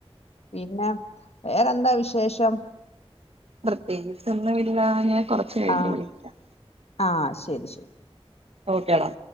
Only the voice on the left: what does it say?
പിന്നെ- വേറെ എന്താ വിശേഷം
ആ
ആ ശരി ശരി